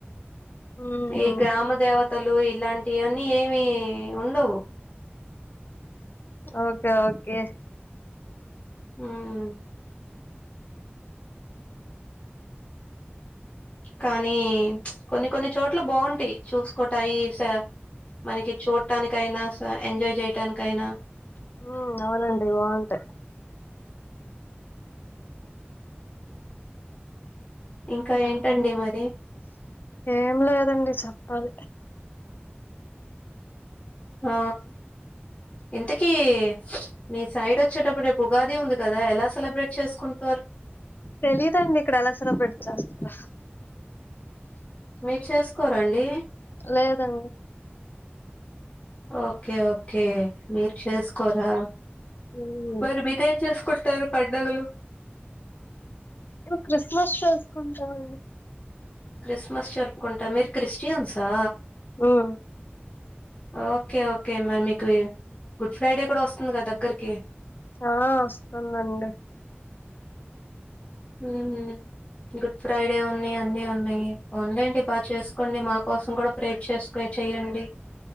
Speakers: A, on the left; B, on the left.
A: ఉమ్
B: ఏ గ్రామ దేవత లు ఇలాంటియన్నీ ఏమి ఉండవు
A: ఓకే ఓకే
B: ఉమ్మ్ కానీ కొన్ని కొన్ని చోట్లు బావుంటాయి చూసుకోటాయి స మనకి చూట్టానికైనా, స ఎంజాయ్ చేయటానికైనా
A: ఉమ్ అవునండి బాగుంటాయి
B: ఇంకా ఏంటండి మరి
A: ఏం లేదండి చెప్పాలి
B: ఆ ఇంతకీ మీ సైడ్ వచ్చేటప్పుడు రేప్ ఉగాది ఉంది కదా. ఎలా సెలబ్రేట్ చేసుకుంట
A: తెలీదండి ఇక్కడ ఎలా సెలబ్రేట్ చేస్తారో
B: మీరు చేసుకోరండి
A: లేదండి
B: ఓకే ఓకే మీరు చేసుకోరా
A: మ్మ్
B: మరి మీరేం చెస్ కుంటారు పండగులు
A: మేము క్రిస్మస్ చేసుకుంటామండి
B: క్రిస్మస్ జరుపుకుంటా మీరు క్రిస్టియన్సా
A: ఉమ్
B: ఓకే ఓకే మరి మీకు గుడ్ ఫ్రైడే కూడా వస్తుంది కదా దగ్గరికి
A: ఆ వస్తుందండి
B: హ్మ్ గుడ్ ఫ్రైడే ఉన్నయి అన్నీ ఉన్నాయి పొంలెండి బాగా చేసుకోండి మా కోసం కూడా ప్రేర్ చేసుకు చేయండి